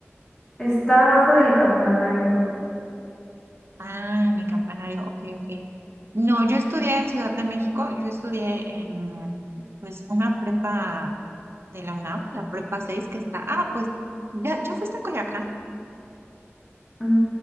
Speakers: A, on the left (about 15°); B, on the right (about 60°).
A: Está abajo del campanario.
B: Ah, en el campanario. Ok, ok. No, yo estudié en Ciudad de México. Yo estudié en, pues, una prepa. De la UNAM, la Prepa 6 que está. Ah, pues, ¿ya, ya fuiste a Coyoacán?
A: Ujú,